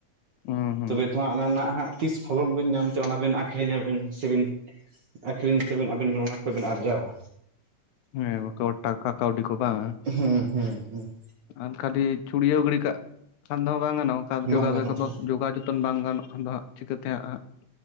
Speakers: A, on the left (about 85°); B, on the right (about 65°).
A: ᱦᱮᱸ ᱦᱩᱸ᱾
B: ᱛᱚᱵᱮ ᱛᱚ ᱦᱟᱸᱜ ᱚᱱᱟ ᱨᱮᱱᱟᱜ ᱦᱟᱸᱜ ᱛᱤᱥ ᱯᱷᱚᱞᱚᱠ ᱵᱮᱱ ᱧᱟᱢ ᱛᱮ ᱚᱱᱟ ᱵᱮᱤᱱ ᱟᱠᱷᱨᱤᱧᱟᱵᱤᱱ ᱥᱮᱵᱤᱱ᱾ ᱟᱹᱠᱷᱨᱤᱧ ᱛᱮᱵᱮᱱ ᱟᱹᱵᱤᱱ ᱚᱱᱟ ᱠᱚᱵᱤᱱ ᱟᱨᱡᱟᱣᱟ᱾
A: ᱦᱮᱸ ᱴᱟᱠᱟ ᱠᱟᱹᱣᱰᱤ ᱠᱚ ᱵᱟᱝᱼᱟ
B: ᱦᱮᱸ ᱦᱮᱸ ᱦᱮᱸ᱾
A: ᱟᱨ ᱠᱷᱟᱹᱞᱤ ᱪᱷᱩᱲᱭᱟᱹᱣ ᱜᱷᱲᱤ ᱠᱟᱜ ᱠᱷᱟᱱ ᱫᱚᱦᱚ ᱵᱟᱝ ᱜᱟᱱᱚᱜᱼᱟ ᱚᱱᱠᱟ ᱡᱚ
B: ᱵᱟᱝ ᱜᱟᱱᱚᱜᱼᱟ
A: ᱡᱚᱜᱟᱣ ᱡᱚᱛᱚᱱ ᱵᱟᱝ ᱜᱟᱱᱚᱜᱼᱟ ᱟᱫᱚ ᱦᱟᱸᱜ ᱪᱤᱠᱟᱹᱛᱮ ᱦᱟᱸᱜ ᱦᱟᱸᱜ